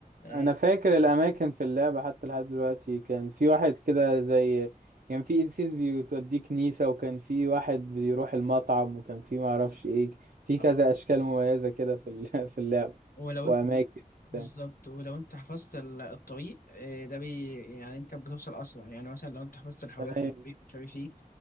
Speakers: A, on the left (about 75°); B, on the right (about 70°).
A: أه
B: انا فاكر الاماكن في اللعبه حتى لحد دلوقتي كان في واحد كده زي كان في قسيس بيوديه كنيسه وكان في واحد بيروح المطعم وكان في معرفش ايه في
A: آه،
B: كذا اشكال مميزه كده في ال- <laughs> في اللعبه
A: ولو
B: واماكن
A: انت بالظبط
B: بتاع.
A: ولو انت حفظت ال- الطريق آه، ده بي يعني انت بتوصل اسرع يعني مثلا لو انت حفظت الحاويات
B: ايوه
A: والطريق مش عارف ايه